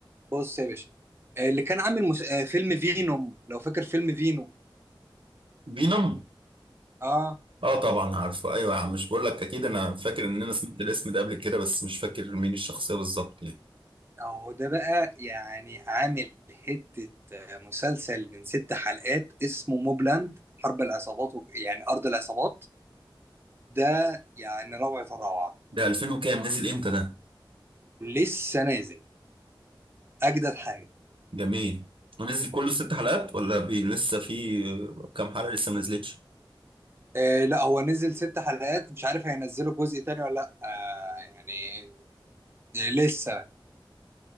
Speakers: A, on the right; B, on the right.
A: بص يا باشا آه اللي كان عامل مس... آه فيلم فينوم لو فاكر فيلم فينوم
B: فينوم
A: اه
B: اه طبعا عارفه ايوه مش بقول لك اكيد انا فاكر ان انا سمعت الاسم ده قبل كده بس مش فاكر مين الشخصيه بالظبط يعني
A: اهو ده بقى يعني عامل حتة آه، مسلسل من ست حلقات اسمه موبلاند حرب العصابات و- يعني أرض العصابات ده يعني روعة الروعة
B: ده 2000 وكام نزل امتى ده
A: لسه نازل أجدد حاجة
B: جميل ونزل كله ست حلقات ولا بي لسه في آه، كام حلقه لسه ما نزلتش
A: آه لا هو نزل ست حلقات مش عارف هينزلوا جزء تاني ولا لأ آه يعني لسه